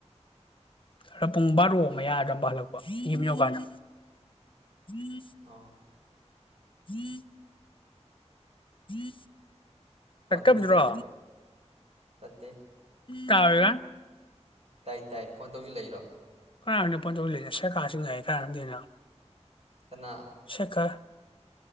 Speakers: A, on the left; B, on the right.
A: ꯈꯔ ꯄꯨꯡ ꯕꯥꯔꯣ ꯃꯌꯥꯗꯝꯕ ꯍꯜꯂꯛꯄ ꯌꯨꯝ ꯌꯧꯀꯥꯟꯗ ꯎꯝ
B: ꯑꯣ
A: ꯍ ꯍ
B: ꯐꯣꯟ
A: ꯀꯀꯝꯖ꯭ꯔꯣ
B: ꯇꯧꯁꯤꯜꯂꯛꯏꯔꯥ ꯅꯠꯇꯦ
A: ꯇꯥꯕꯒ
B: ꯇꯥꯏ ꯇꯥꯏ ꯐꯣꯟ ꯇꯧꯁꯨ ꯂꯩꯔꯣ
A: ꯀꯅꯥꯣꯠꯇꯧ ꯂ ꯂꯩꯖꯁꯦ ꯀꯥꯁꯤꯡꯤꯡ ꯉ ꯀꯔꯗꯅ
B: ꯀꯅꯥ
A: ꯁꯦꯀꯥ